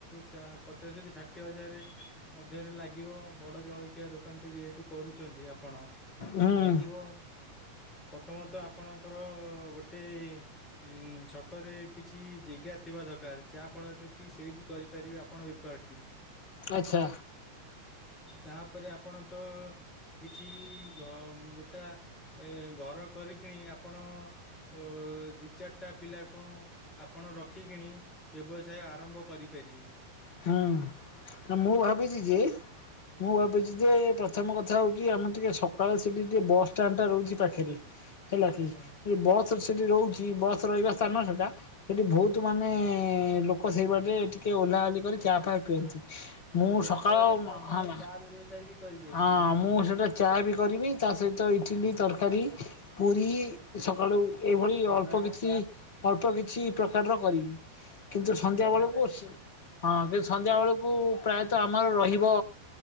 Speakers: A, on the left; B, on the left.
A: ଚା ପଚାଶେ ରୁ ଷାଠିଏ ହଜାରେ ମଧ୍ୟରେ ଲାଗିବ ବଡ଼ ଜଳଖିଆ ଦୋକାନ୍ ଟେ ଯେହେତୁ। କରୁଚନ୍ତି ଆପଣ
B: ହୁଁ
A: ଲାଗିବ ପ୍ରଥମତଃ ଆପଣଙ୍କର ଗୋଟେ ଇଁ ଛକରେ କିଛି ଜେଗା ଥିବା ଦକାର୍ ଯାହା ଫଳରେ କି ସେଇଠି କରିପାରିବେ ଆପଣ ବେପାରଟି।
B: ଆଚ୍ଛା।
A: ତାପରେ ଆପଣ ତ କିଛି ଘଂ ଗୋଟା ଏ ଘର କରିକିଣି ଆପଣ ଅ ଦି ଚାରିଟା ପିଲା କଁ ଆପଣ ରଖିକିଣି ବ୍ୟବସାୟ ଆରମ୍ଭ କରିପାରିବେ।
B: ହୁଁ ନା ମୁଁ ଭାବିଛି ଯେ ମୁଁ ଭାବିଛି ଯେ ପ୍ରଥମ କଥା ହଉଛି ଆମର ଟିକେ ସକାଳ ସେଟି ଟିକେ ବସ ଷ୍ଟାଣ୍ଡ୍ ଟା ରହୁଚି ପାଖରେ। ହେଲା କି
A: ଆଜ୍ଞା
B: ବସରେ ସେଠି ରହୁଚି କି ବସ୍ ରହିବା ସ୍ଥାନ ସେଟା ସେଠି ଭୋଉତୁ ମାନେ ଲୋକ ସେଇ ବାଟେ ଟିକେ ଓଲା ଓଲି କରି ଚା ଫା ପିଅନ୍ତି। ମୁଁ
A: ଯାହା
B: ସକାଳ
A: ଫଳରେ ତ ଆପଣ
B: ହାନା
A: ଚା ବ୍ୟବସାୟ ବି କରିପାରିବି।
B: ହଁ ମୁଁ ସେଟା ଚା ବି କରିବି ତା ସହିତ ଇଟିଲି ତରକାରୀ ପୁରୀ ଏ ସକାଳୁ ଏଇଭଳି
A: ବରା
B: ଅଳ୍ପ କିଛି ଅଳ୍ପ କିଛି ପ୍ରକାରର କରିବି।
A: ଆଜ୍ଞା
B: କିନ୍ତୁ ସନ୍ଧ୍ୟା
A: ବରା
B: ବେଳକୁ
A: କା
B: ସି ହଁ ସେ ସନ୍ଧ୍ୟା ବେଳକୁ ପ୍ରାୟତଃ ଆମର ରହିବ